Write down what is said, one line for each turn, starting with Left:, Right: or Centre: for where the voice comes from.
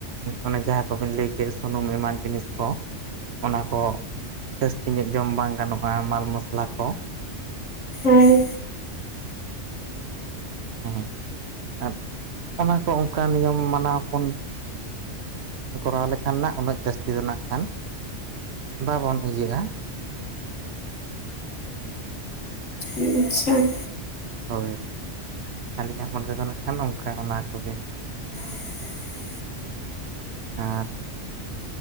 Right: ᱚᱱᱮ ᱡᱟᱦᱟᱸ ᱠᱚᱵᱤᱱ ᱞᱟᱹᱭ ᱠᱮᱫ ᱥᱩᱱᱩᱢ ᱮᱢᱟᱱ ᱡᱤᱱᱤᱥ ᱠᱚ ᱾ ᱚᱱᱟ ᱠᱚ ᱡᱟᱹᱥᱛᱤ ᱧᱚᱜ ᱡᱚᱢ ᱵᱟᱝ ᱜᱟᱱᱚᱜ-ᱟ ᱢᱟᱞ ᱢᱚᱥᱞᱟ ᱠᱚ ᱾
Left: ᱦᱮᱭ ᱾
Right: ᱦᱮᱸ ᱟᱨ ᱚᱱᱟ ᱠᱚ ᱚᱱᱠᱟ ᱱᱤᱭᱚᱢ ᱢᱟᱱᱟᱣ ᱵᱚᱱ ᱠᱚᱨᱟᱣ ᱞᱮᱠᱷᱟᱱ ᱱᱟᱜ ᱩᱱᱟᱹᱜ ᱡᱟᱹᱥᱛᱤ ᱫᱚ ᱱᱟᱜ ᱠᱷᱟᱱ ᱵᱟᱵᱚᱱ ᱤᱭᱟᱹᱜ-ᱟ ᱾
Left: ᱟᱪᱪᱷᱟ ᱾
Right: ᱦᱳᱭ ᱟᱹᱞᱤᱧᱟᱜ ᱢᱚᱱᱮ ᱛᱮᱫᱚ ᱱᱟᱜ ᱠᱷᱟᱱ ᱚᱱᱠᱟ ᱚᱱᱟ ᱠᱚᱜᱮ ᱾
Left: <unintelligible>
Right: ᱟᱨ